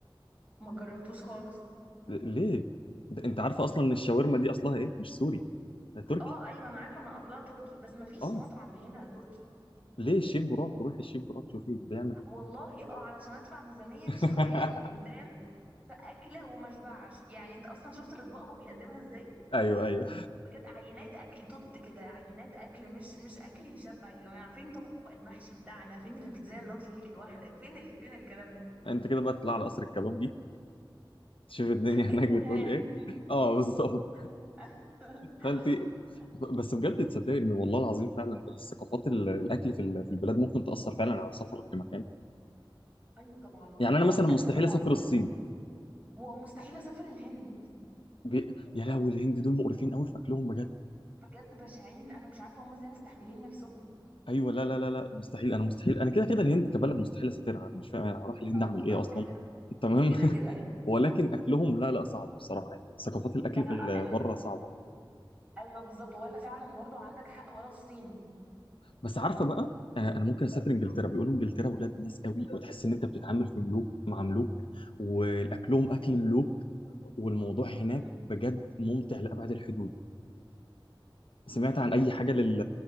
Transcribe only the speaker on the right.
ما جربتوش خالص
اه ايوه انا عارفه ان اصلها تركي بس ما فيش
مطعم هنا تركي
والله اه علشان ادفع ميزانيه
شهرين قدام في اكله وما اشبعش يعني انت اصلا شفت الاطباق هو بيقدمها ازاي
بجد عينات اكل توت كده عينات اكل مش مش اكل يشبع يا جماعه فين طبق المحشي بتاعنا فين البيتزا اللارج ليك لوحدك فين ال... فين الكلام ده
الدهان
<laughs>
ايوه طبعا
اه
ايوه طبعا
بجد
ومستحيل اسافر الهند
بجد بشعين انا مش عارفه هم ازاي مستحملين نفسهم
اه
اه
كده
كده
كده أيوة.
لا
ايوه
ايوه بالظبط ولا فعلا برضو عندك حق ولا الصين
امم